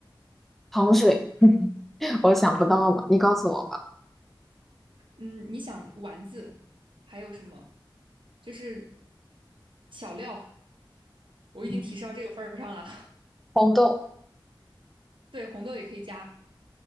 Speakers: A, in the centre; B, on the right (about 70°).
A: 糖水，<laughs> 我想不到了，你告诉我吧。
B: 嗯，你想丸子还有什么？就是小料，我已经提示到这个份儿上了。
A: 嗯，红豆
B: <laughs> 对，红豆也可以加，